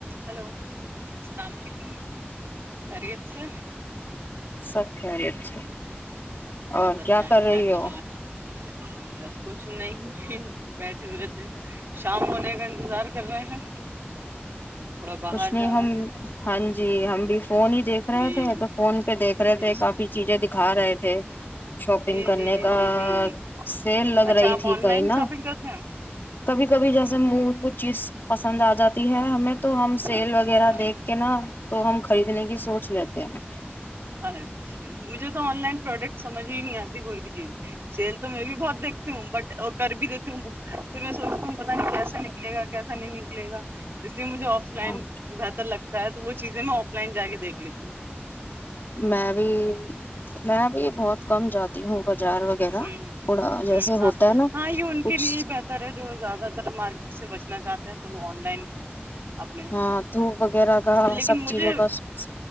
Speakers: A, on the right (about 65°); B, on the left (about 55°).
A: hello السلام علیکم خیریت سے <inaudible>
B: سب خیریت سے اور
A: بتائیں
B: کیا کر رہی
A: چل
B: ہو
A: رہا ہے بس کچھ نہیں ہے بیٹھے ہوئے تھے شام میں ے کا انتظار کر رہے ہیں تھوڑا باہر
B: کچھ نہیں
A: جانا
B: ہم
A: ہے
B: ہاں جی ہم بھی فون ہی دیکھ
A: جی
B: رہے تھے
A: جی
B: تو فون پہ دیکھ رہے تھے
A: جی
B: کافی چیزیں دکھا رہے تھے
A: جی
B: شاپنگ کرنے
A: جی جی
B: کا
A: جی جی
B: سیل لگ
A: اچھا
B: رہی
A: آپ
B: تھی
A: آن
B: کہیں
A: لائن
B: نہ
A: شاپنگ کرتے ہیں
B: کبھی کبھی جیسے منہ کچھ چیز پسند آ جاتی ہے ہمیں تو ہم سیل
A: اچھا
B: وغیرہ دیکھ کے نا تو ہم خریدنے کی سوچ لیتے ہیں
A: ہاں اچھا مجھے تو آن لائن پروڈکٹ سجھ ہی نہیں آتی کوئی بھی چیز سیل تو میں بھی بہت دیکتی ہوں بٹ اور کر بھی دیتی ہوں بک پھر میں سوچتی ہوں پتا نہیں کیسا نکلے گا کیسا نہیں نکل گا مجھے آف لائن
B: ہاں
A: بہتر لگتا تا تو وہ چیزیں میں آف لائن جا کے دیکھ لیتی ہوں
B: میں بھی میں بھی بہت کم جاتی ہوں بازار وغیرہ
A: ہوں
B: تھوڑا جیسے
A: ہوں ہاں
B: ہوتا ہے نا
A: ہاں یہ ان
B: کچھ
A: کے لیے ہی بہتر ہے جو زیادہ تر مارکیٹ سے بچنا چاہتے ہیں تو وہ آن لائن اپنے
B: ہاں دھوپ وغیرہ کا
A: لیکن
B: سب
A: مجھے
B: چیزوں کا سوس